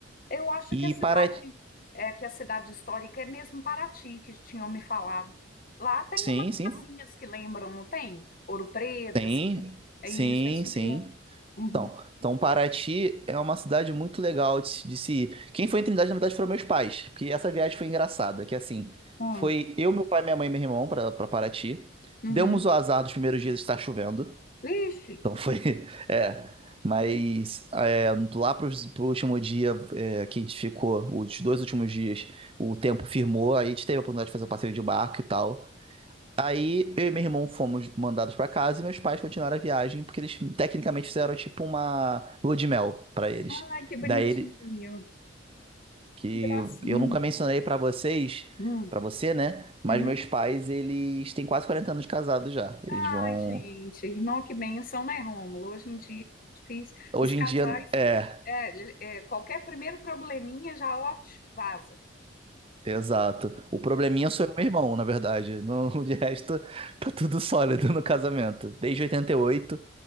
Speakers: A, on the left; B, on the right.
A: Eu acho
B: E
A: que a cidade
B: Paraty,
A: é que a cidade histórica é mesmo Paraty, que tinham me falado. Lá tem
B: sim,
A: umas
B: sim,
A: casinhas que lembram, não tem? Ouro Preto,
B: tem,
A: assim. É
B: sim,
A: isso, é isso
B: sim.
A: mesmo. Uhum.
B: Então, então Paraty é uma cidade muito legal de, se- de se ir. Quem foi em Trindade, na verdade, foram meus pais, porque essa viagem foi engraçada, que assim,
A: Hum.
B: foi eu, meu pai, minha mãe e meu irmão para Paraty.
A: Uhum.
B: Demos o azar dos primeiros dias estar chovendo.
A: Vixe,
B: Então foi. <laughs> É. Mas é, lá pro, pro último dia é, que a gente ficou, os dois últimos dias, o tempo firmou, aí a gente teve a oportunidade de fazer o passeio de barco e tal. Aí eu e meu irmão fomos mandados pra casa e meus pais continuaram a viagem, porque eles tecnicamente fizeram tipo uma lua de mel pra eles.
A: ai, que bonitinho,
B: Daí ele, que
A: que gracinha.
B: eu, eu nunca mencionei pra vocês,
A: Hum.
B: pra você, né? Mas
A: Uhum.
B: meus pais, eles têm quase 40 anos de casado já. Eles
A: Ai,
B: vão.
A: gente, irmão, que bênção, né, Rômulo? Hoje em dia é difícil.
B: Hoje
A: Os casais,
B: em dia, é.
A: é, é, qualquer primeiro probleminha já, ó, tch, vaza.
B: Exato. O probleminha sou eu e meu irmão, na verdade. No, <laughs> de resto, tá tudo sólido no casamento. Desde 88,